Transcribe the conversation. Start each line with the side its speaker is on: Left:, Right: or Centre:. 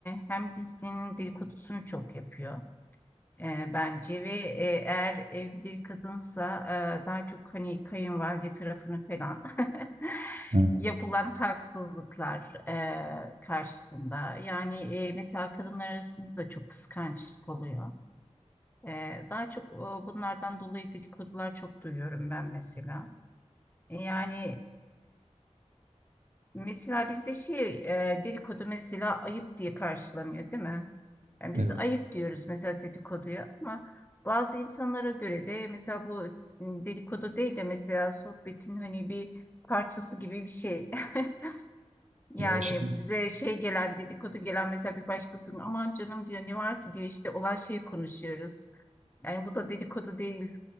Left: hem cinsinin dedikodusunu çok yapıyor ee, bence ve e, eğer evli bir kadınsa e, daha çok hani kayınvalide tarafını falan <laughs>
Right: Ha,
Left: yapılan haksızlıklar e, karşısında yani e, mesela kadınlar arasında da çok kıskançlık oluyor. Ee, daha çok e, bunlardan dolayı dedikodular çok duyuyorum ben mesela. E, Yani Mesela bizde şey e, dedikodu mesela ayıp diye karşılanıyor değil mi? Yani biz
Right: evet.
Left: ayıp diyoruz mesela dedikoduya ama bazı insanlara göre de mesela bu m, dedikodu değil de mesela sohbetin hani bir parçası gibi bir şey. <laughs> Yani
Right: Ya şimdi
Left: bize şey gelen dedikodu gelen mesela bir başkasının aman canım diyor ne var ki diyor işte olan şeyi konuşuyoruz. Yani bu da dedikodu değil